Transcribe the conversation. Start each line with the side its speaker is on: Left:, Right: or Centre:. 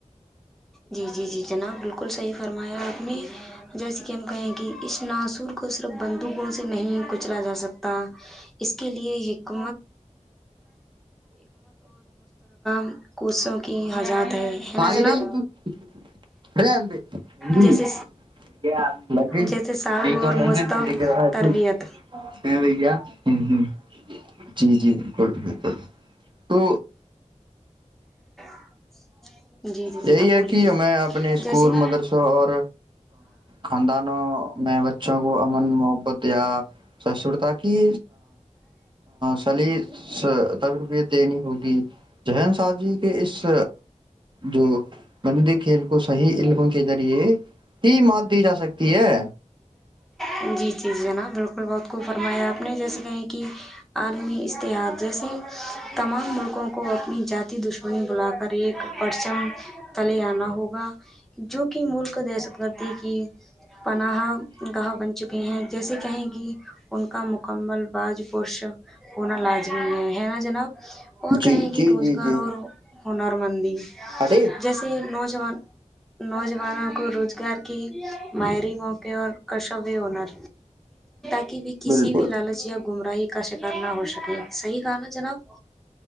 Centre: جی جی جی جناب بالکل صحیح فرمایا آپ نے جیسے کہ ہم کہیں ہیں کہ اس ناصر کو صرف بندوقوں سے نہیں کچلا جا سکتا تھا اس کے لیے ایک <unintelligible> کو سوں کی حزات ہے ہے نا
Right: آئی
Centre: جناب
Right: <inaudible> <unintelligible>
Centre: جیسے جیسے ساہو
Right: نہیں کال
Centre: اور مستب
Right: پوری کر رہا ہے
Centre: تربیت
Right: تو بھیا ہوں ہوں جی جی بالکل بالکل تو
Centre: <unintelligible> <inaudible> جی جی جناب
Right: یہی ہے
Centre: بولیے
Right: کہیں میں اپنے اسکول
Centre: جیسے
Right: مدرسہ اور خاندانوں میں بچوں کو امن محبت یا <inaudible> سشرتا کی سلی <unintelligible> تقربی دینی ہوگی جن سا جی کے اس جو بندی کھیل کو صحیح علموں کے ذریعے ہی مات دی جا سکتی ہے
Centre: جی جی جی جناب بل وات کو فرمایا آپ نے جیسے کہے کہ عالمی اتحاد جیسے تمام ملکوں کو اپنی جات دشمنی بلا کر ایک پرچم تلے آنا ہوگا جو کہ ملک تی کی پناہ گاہ بن چکے ہیں جیسے کہیں کہ ان کا مکمل باز پشک ہونا لازمی ہے نا جناب اور
Right: جی
Centre: کہے
Right: جی
Centre: کہ روزگار
Right: جی جی
Centre: اور <unintelligible>
Right: ارے
Centre: جیسے نوج نوجوانوں کو روزگار کے ماہری موقع اور کشویہ <unintelligible> ہنر <unintelligible> کہ بھی کسی
Right: بالکل
Centre: بھی لالچ یا گمراہ کا شکار نہ ہو سکے صحی کہا نا جناب